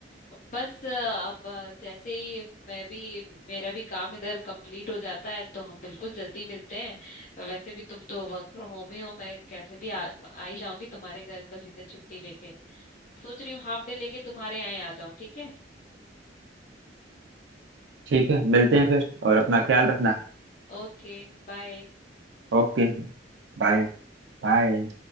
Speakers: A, on the left; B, on the right.
A: बस अब जैसे ही मैं भी मेरा भी काम इधर कंप्लीट हो जाता है तो हम बिल्कुल जल्दी मिलते हैं वैसे भी तुम तो वर्क फ्रॉम होम ही हो मैं कैसे भी आ, आ ही जाऊंगी तुम्हारे घर बस इधर छुट्टी लेके सोच रही हूँ हाफ डे लेके तुम्हारे यहाँ आ जाऊं ठीक है
B: ठीक है मिलते हैं फिर और अपना
A: Oh,
B: ख्याल रखना
A: okay bye
B: Okay bye बाय